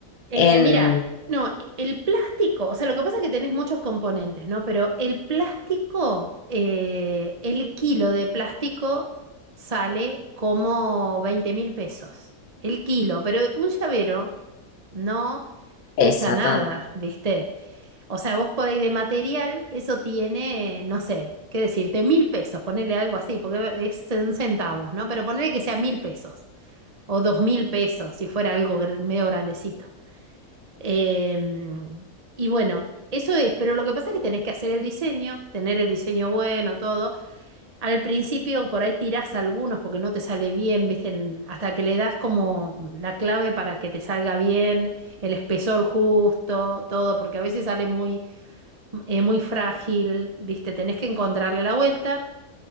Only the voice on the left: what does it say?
en
esa
tan?